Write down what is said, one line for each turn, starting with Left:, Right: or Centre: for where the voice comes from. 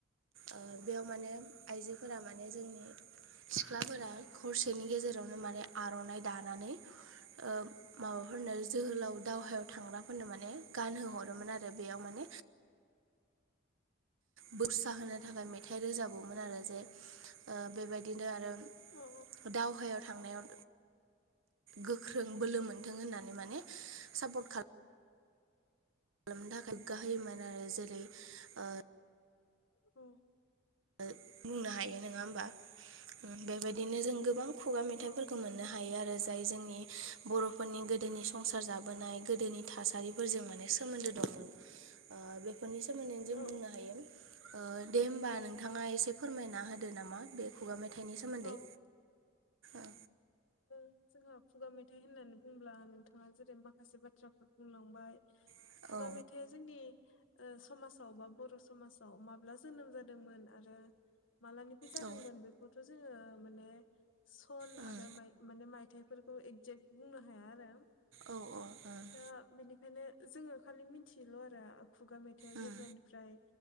Right: ओ बेयाव माने आइजोफोरा माने जोंनि सिख्लाफोरा हरसेनि गेजेरावनो माने आर'नाइ दानानै ओ माबाफोरनो जोहोलाव दावहायाव थांग्राफोरनो माने गानहोहरोमोन आरो बेयाव माने बुरसा होनो थाखाय मेथाइ रोजाबोमोन आरो जे ओ बेबायदिनो आरो
Left: औ
Right: दावहायाव थांनायाव गोख्रों बोलो मोनथों होननानै माने सापर्ट खालाम खालामनो थाखाय गाहोयोमोन आरो जेरै ओ
Left: औ
Right: बुंनो हायो नोङा होमबा बेबायदिनो जों गोबां खुगा मेथाइफोरखौ
Left: औ
Right: मोनो नो हायो आरो जाय जोंनि बर'फोरनि गोदोनि संसार जाबोनाय गोदोनि थासारि फोरजों माने सोन्दो दंमोन ओ बे फोरनि सोमोन्दै जों
Left: औ
Right: बुंनो हायो दे होमबा नोंथाङा एसे फोरमायना होदो नामा बे खुगा मेथाइनि सोमोन्दै
Left: औ ओ
Right: औ
Left: जोंहा खुगा मेथाइ होननानै बुंङोब्ला नोंथाङा जेरै माखासे बाथ्राफोर बुंलांबाय
Right: औ
Left: खुगा मेथाइ जोंनि ओ समाजाव बा बर' समाजाव माब्ला जोनोम जादोंमोन आरो मालानिफ्राय जादोंमोन
Right: औ
Left: बेखौथ' जोङो माने सन
Right: उम
Left: आरो माइ माने मायथाइफोरखौ एक्जेक्ट बुंनो हाया आरो
Right: औ औ उम
Left: दा बेनि खायनो जोङो खालि मिन्थियोल' आरो खुगा मेथाइआ
Right: उम
Left: जेब्लानिफ्राय